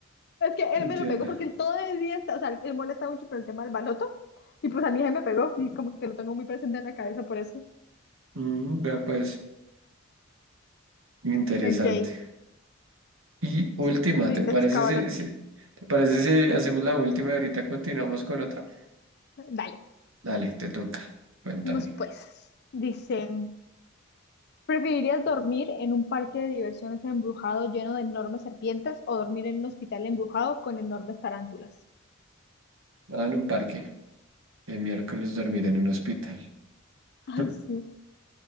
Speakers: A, on the left; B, on the right.
A: Es que él
B: Entiendo.
A: me lo pegó porque él todo el día está, o sea, él molesta mucho con el tema del baloto y pues a mí él me pegó y como que lo tengo muy presente en la cabeza por eso.
B: Mm, vea, pues, interesante.
A: Ok,
B: Y última,
A: sí, yo soy
B: ¿te parece
A: la chica baloto.
B: si, si- te parece si hacemos la última y ahorita continuamos con otra?
A: Dale,
B: Dale, te toca. Cuéntame.
A: vamos pues. Dice. ¿Preferirías dormir en un parque de diversiones embrujado lleno de enormes serpientes o dormir en un hospital embrujado con enormes tarántulas?
B: Nada en un parque. El miércoles dormir en un hospital.
A: Ay,
B: <laughs>
A: sí.